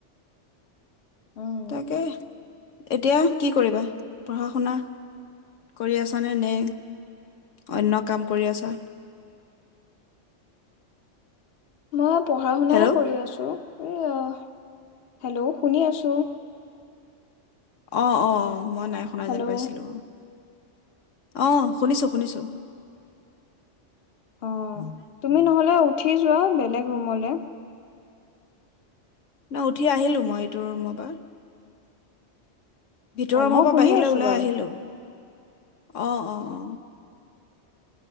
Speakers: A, on the left (about 55°); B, on the left (about 85°).
A: উম।
B: তাকে এতিয়া কি কৰিবা? পঢ়া শুনা কৰি আছানে নে? অন্য কাম কৰি আছা?
A: মই <unintelligible> পঢ়া শুনাই
B: হেল্ল'
A: কৰি আছো। আহ হেল্ল' শুনি আছো
B: অ', অ', অ'। মই নাই শুনাই
A: হেল্ল'
B: যেন পাইছিলোঁ অ শুনিছোঁ শুনিছোঁ
A: অ', তুমি নহলে উঠি যোৱা বেলেগ ৰুমলে। হ
B: নাই উঠি আহিলো মই এইটো ৰুমৰ পৰা। ভিতৰৰ
A: অ
B: ৰোমৰ পৰা মই
A: শুনি
B: বাহিৰলৈ
A: আছো
B: ওলাই
A: বাৰু
B: আহিলোঁ। অ অ অ